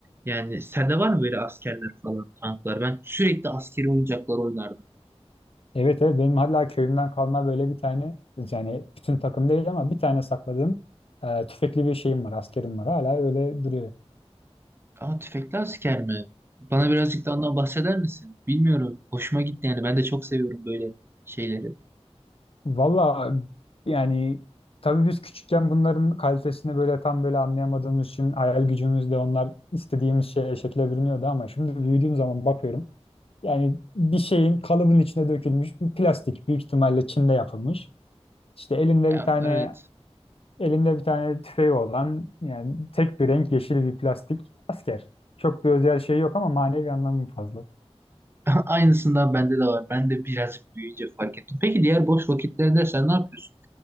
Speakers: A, on the right; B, on the left.
A: Yani sende var mı böyle askerler falan tanklar? Ben sürekli askeri oyuncaklar oynardım.
B: Evet evet benim hala köyümden kalma böyle bir tane yani bütün takım değil ama bir tane sakladığım e, tüfekli bir şeyim var, askerim var hala öyle duruyor.
A: Aa, tüfekli asker mi? Bana birazcık da ondan bahseder misin? Bilmiyorum. Hoşuma gitti yani. Ben de çok seviyorum böyle şeyleri.
B: Valla yani tabii biz küçükken bunların kalitesini böyle tam böyle anlayamadığımız için hayal gücümüzle onlar istediğimiz şeye şekle bürünüyordu ama şimdi büyüdüğüm zaman bakıyorum. Yani bir şeyin kalıbın içine dökülmüş bir plastik büyük ihtimalle Çin'de yapılmış. İşte elinde
A: Ya,
B: bir tane
A: evet.
B: elinde bir tane tüfeği olan yani tek bir renk yeşil bir plastik asker. Çok bir özel şey yok ama manevi anlamı fazla.
A: <laughs> Aynısından bende de var. Ben de birazcık büyüyünce fark ettim. Peki diğer boş vakitlerde sen ne yapıyorsun?